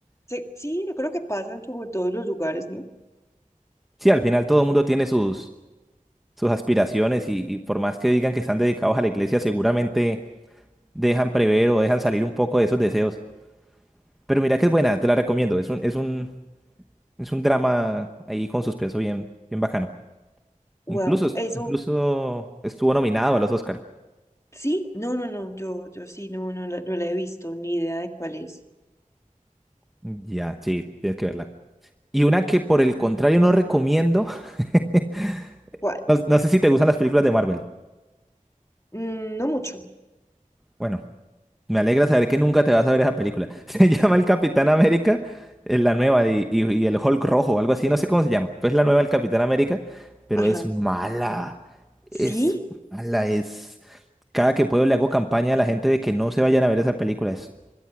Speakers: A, on the left; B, in the centre.
A: Se- Sí, yo creo que pasan como en todos los lugares, ¿no?
B: Sí, al final todo el mundo tiene sus, sus aspiraciones y, y por más que digan que están dedicados a la iglesia, seguramente dejan prever o dejan salir un poco de esos deseos. Pero mira que es buena, te la recomiendo. Es un, es un, es un drama ahí con suspenso bien, bien bacano.
A: Wow,
B: Incluso, es-
A: eso,
B: incluso estuvo nominado a los Oscar.
A: sí, no, no, no, yo, yo sí, no, no, la- no la he visto, ni idea de cuál es.
B: Ya, sí, tienes que verla. Y una que por el contrario no recomiendo. <laughs>
A: ¿Cuál?
B: No, no sé si te gustan las películas de Marvel.
A: Mm, no mucho,
B: Bueno, me alegra saber que nunca te vas a ver esa película. <laughs> Se llama El Capitán América, eh, la nueva, y, y- y el Hulk rojo, o algo así, no sé cómo se llama. Pues la nueva del Capitán América, pero
A: ajá.
B: es mala.
A: ¿Sí?
B: Es mala, es... Cada que puedo le hago campaña a la gente de que no se vayan a ver esa película. Es